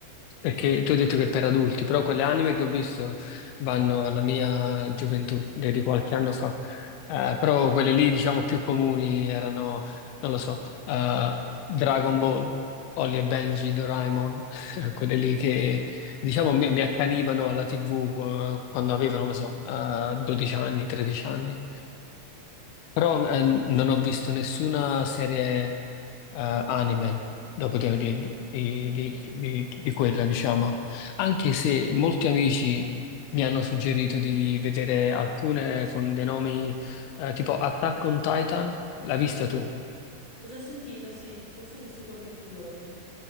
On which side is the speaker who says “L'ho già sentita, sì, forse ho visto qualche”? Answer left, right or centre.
Left